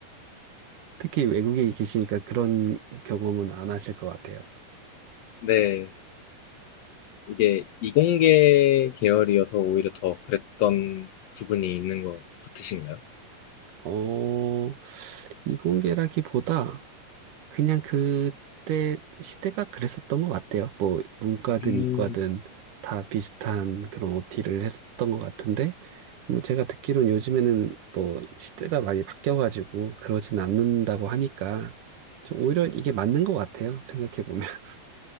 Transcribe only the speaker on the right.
특히 외국에 계시니까 그런 경험은 안 하실 것 같아요.
어, 이공계라기보다 그냥 그때 시대가 그랬었던 것 같아요. 뭐, 문과든
이과든 다 비슷한 그런 OT를 했었던 것 같은데, 뭐, 제가 듣기로는 요즘에는 뭐, 시대가 많이 바뀌어가지고 그러진 않는다고 하니까, 좀 오히려 이게 맞는 것 같아요. 생각해보면. <laughs>